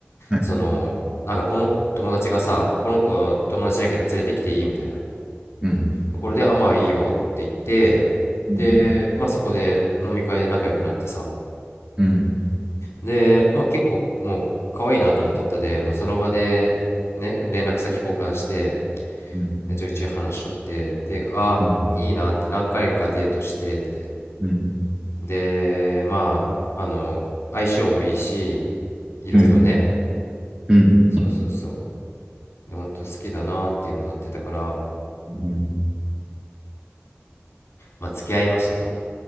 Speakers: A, on the right; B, on the left.
A: はい、
B: そのなんかこの友達がさこの子友達じゃなんけど連れてきていいみたいな
A: うん、
B: ところであまあいいよって言って
A: うん、
B: でまあそこで飲み会で仲良くなってさ
A: うん、
B: でまあ結構もう可愛いなと思っとったでもうその場でね連絡先交換して
A: うん、うん、
B: でちょいちょい話しとってであいいなって何回かデートしてって
A: うん、うん、
B: でまああの相性もいいしいろいろね
A: うん、うん、
B: そうそうそうで本当好きだなっていうふうになってたから
A: うん、
B: まあ、付き合いましたと。